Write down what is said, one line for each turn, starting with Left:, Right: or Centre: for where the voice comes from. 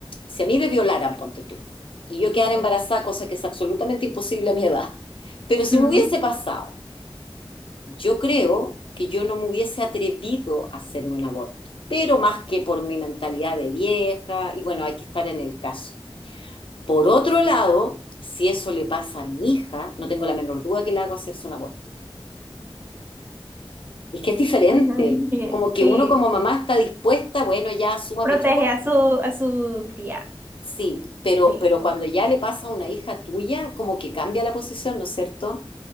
Left: si a mí me violaran, ponte tú, y yo quedara
Right: mira.
Left: embarazada, cosa que es absolutamente imposible a mi edad, pero si
Right: Mm.
Left: me hubiese pasado, yo creo que yo no me hubiese atrevido a hacerme un aborto, pero más que por mi mentalidad de vieja, y bueno, hay que estar en el caso. Por otro lado, si eso le pasa a mi hija, no tengo la menor duda que le hago hacerse un aborto. Es que es diferente.
Right: <laughs> Bien,
Left: Como que
Right: sí,
Left: uno como
Right: sí.
Left: mamá está dispuesta, bueno, ya suma
Right: Protege
Left: pechuga,
Right: a su, a su cría.
Left: Sí, pero,
Right: Sí,
Left: pero
Right: No,
Left: cuando ya le pasa a una hija tuya, como que cambia la posición, ¿no es cierto?